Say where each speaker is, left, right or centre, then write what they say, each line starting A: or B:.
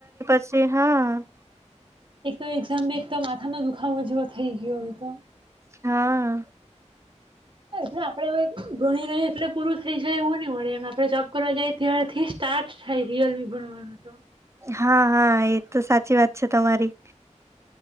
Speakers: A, on the right; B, on the right.
A: સે હા.
B: એક તો એક્ઝામ બી એક તો માથા નો દુઃખાવો જેવો થઈ ગયો હોય તો
A: હા.
B: એટલે આપડે હવે ભણી રહીએ એટલે પૂરું થઈ જાય એવું નહીં મળે એમ આપણે જોબ કરવા જાઈએ ત્યારથી સ્ટાર્ટ છે રિયલી ભણવાનું તો
A: હા હા એ તો સાચી વાત છે તમારી.